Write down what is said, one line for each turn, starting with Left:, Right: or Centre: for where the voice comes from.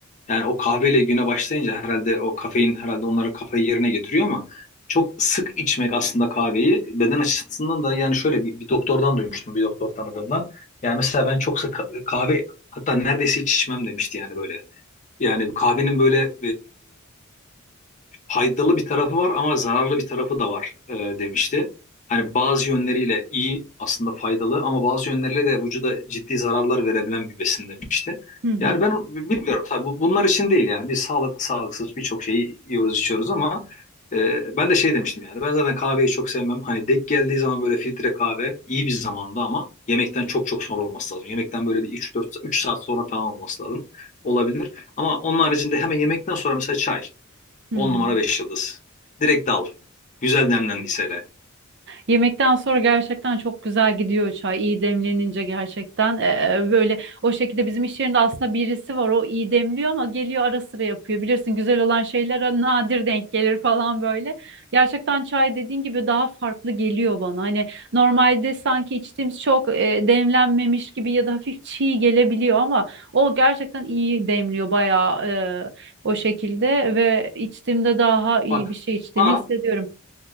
Left: Yani o kahveyle güne başlayınca herhalde o kafein herhalde onları kafayı yerine getiriyor ama çok sık içmek aslında kahveyi beden açısından da yani şöyle bir, bir doktordan duymuştum bir doktor tanıdığımdan. Yani mesela ben çok sık ka- kahve hatta neredeyse hiç içmem demişti yani böyle. Yani kahvenin böyle faydalı bir tarafı var ama zararlı bir tarafı da var e, demişti. Hani bazı yönleriyle iyi aslında faydalı ama bazı yönleriyle de vücuda ciddi zararlar verebilen bir besin demişti.
Right: Hı hı.
Left: Yani ben bilmiyorum tabii bu- bunlar için değil yani biz sağlıklı sağlıksız birçok şeyi yiyoruz içiyoruz ama e, ben de şey demiştim yani ben zaten kahveyi çok sevmem. Hani dek geldiği zaman böyle filtre kahve iyi bir zamanda ama yemekten çok çok sonra olması lazım. Yemekten böyle bir üç dört üç saat sonra falan olması lazım. Olabilir. Ama onun haricinde hemen yemekten sonra mesela çay.
Right: Hı
Left: 10
Right: hı.
Left: numara 5 yıldız. Direkt al. Güzel demlendiyse hele.
Right: Yemekten sonra gerçekten çok güzel gidiyor çay. İyi demlenince gerçekten e, böyle o şekilde bizim iş yerinde aslında birisi var. O iyi demliyor ama geliyor ara sıra yapıyor. Bilirsin güzel olan şeyler nadir denk gelir falan böyle. Gerçekten çay dediğin gibi daha farklı geliyor bana. Hani normalde sanki içtiğimiz çok e, demlenmemiş gibi ya da hafif çiğ gelebiliyor ama o gerçekten iyi demliyor bayağı e, o şekilde ve içtiğimde daha iyi
Left: Bak
Right: bir şey içtiğimi
Left: sana,
Right: hissediyorum.